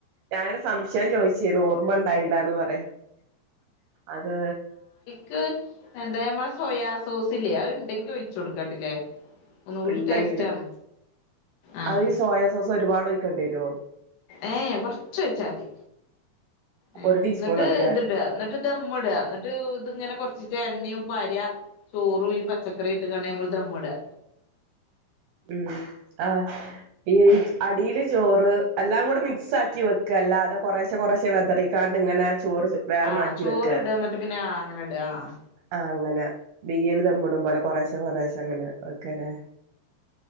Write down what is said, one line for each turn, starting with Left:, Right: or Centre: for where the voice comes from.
Right: ഞാനൊരു സംശയം ചോദിച്ചീന്നു ഓർമ്മണ്ടായില്ലാന്ന് പറയാ അത്
Left: ക്ക് എന്താ നമ്മളെ സോയാസോസ് ഇല്ലേ അത്ണ്ടെങ്കിൽ ഒഴിച്ചു കൊടുക്കാട്ടില്ലേ ഒന്നുകൂടി
Right: ഉണ്ടെങ്കില്
Left: ടേസ്റ്റാണ് ആഹ്
Right: അത് ഈ സോയാ സോസ് ഒരുപാട് ഒഴിക്കണ്ടി വരോ
Left: ഏ കുറച്ച് ഒഴിച്ചാൽ മതി ഏ
Right: ഒരു ടീസ്പൂണൊക്കെ
Left: എന്നിട്ട് ഇത്ടാ എന്നിട്ട് ദമ്മ് ഇടാഎന്നിട്ട് ഇത്ങ്ങനെ കൊറച്ച് എണ്ണയും പാരിയ ചോറും ഈ പച്ചക്കറി ഇട്ട് കാണ്ട് നമ്മള് ദമ്മ്ടാ
Right: ഉം ആഹ് ഈ അടിയില് ചോറ് എല്ലാം കൂടി മിക്സ് ആക്കി വെക്കാ അല്ലാതെ കുറശെ കുറശെ വെതറിക്കാണ്ട് ഇങ്ങനെ ചോറ് വേറെ
Left: ആഹ്
Right: മാറ്റി
Left: ചോറ്ട്
Right: വെക്ക
Left: എന്നിട്ട് പിന്നെ ആ അങ്ങനെ ഇടാ ആഹ്
Right: ആഹ് അങ്ങനെ ബിരിയാണി ദമ്മൂടും പോലെ കൊറേശെ കൊറേശെ അങ്ങനെ വെക്കല്ലേ